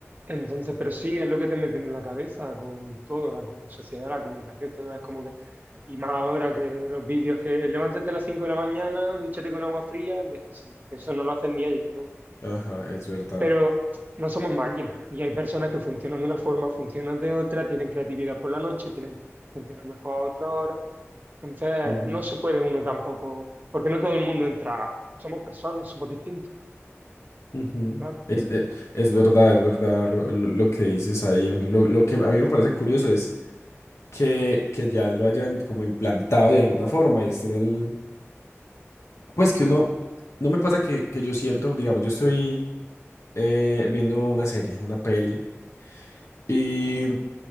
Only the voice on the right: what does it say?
Entonces, pero sí, es lo que te meten en la cabeza con todo, la co- sociedad, la comunicación, todo es como que... Y más ahora que los vídeos que levántate a las 5 de la mañana, dúchate con agua fría, que sí, eso no lo hacen ni ellos.
Pero no somos máquinas y hay personas que funcionan de una forma, funcionan de otra, tienen creatividad por la noche, tienen, funcionan mejor a otra hora. Entonces,
no se puede uno tampoco, porque no todo el mundo entra. Somos personas, somos distintos,
claro.